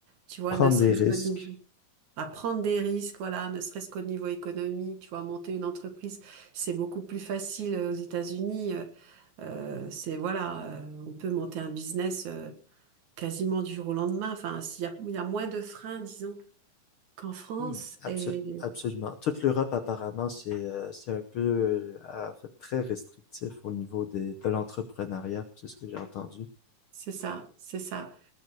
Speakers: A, on the right; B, on the left.
A: tu vois,
B: prendre
A: ne serait-ce
B: des risques.
A: qu'au niveau, à prendre des risques, voilà, ne serait-ce qu'au niveau économique, tu vois, monter une entreprise, c'est beaucoup plus facile euh, aux États-Unis. euh, euh, c'est, voilà, euh, on peut monter un business, euh, quasiment du jour au lendemain. Enfin, s'il y a, il y a moins de freins, disons, qu'en France,
B: Hmm. Abso-
A: et
B: absolument. Toute l'Europe, apparemment, c'est euh, c'est un peu, euh, en fait, très restrictif au niveau des, de l'entrepreneuriat. C'est ce que j'ai entendu.
A: c'est ça, c'est ça.